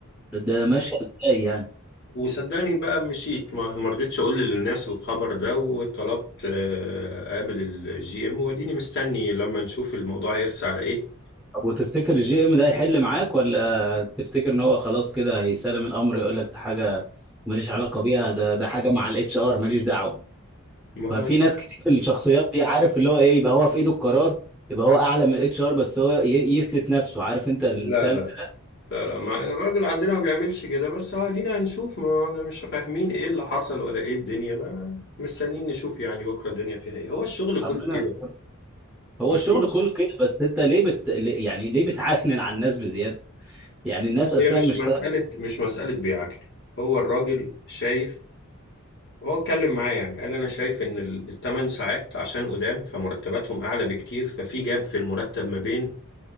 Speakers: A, in the centre; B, on the left.
A: ده ماشي ازاي يعني
B: وصدقني بقى مشيت ما ما رضيتش اقول للناس الخبر ده وطلبت آه، اقابل الجي ام واديني مستني لما نشوف الموضوع هيرسى على ايه
A: طب وتفتكر الجي ام ده هيحل معاك ولا تفتكر ان هو خلاص كده هيسلم الامر يقول لك ده حاجه ماليش علاقه بيها ده ده حاجه مع الاتش ار ماليش دعوه
B: ما
A: ففي
B: هو
A: ناس كتير الشخصيات دي عارف اللي هو ايه يبقى هو في ايده القرار يبقى هو اعلى من الاتش ار بس هو ي- يسلت نفسه عارف انت السالت
B: لا لا
A: ده
B: لا لا ما الراجل عندنا ما بيعملش كده بس هو ادينا هنشوف ما انا مش فاهمين ايه اللي حصل ولا ايه الدنيا ما مستنيين نشوف يعني بكره الدنيا فيها ايه هو الشغل كله
A: ربنا
B: كده
A: يستر. هو
B: مفيش
A: الشغل كله كده بس انت ليه بت... ليه- يعني ليه بتعكنن على الناس بزياده يعني
B: بص
A: الناس اصلا
B: هي مش
A: مش
B: مسألة
A: طايقه
B: مش مسألة بيعكلي هو الراجل شايف هو اتكلم معايا يعني قال انا شايف ان ال- التمن ساعات عشان قدام فمرتباتهم اعلى بكتير ففي جاب في المرتب ما بين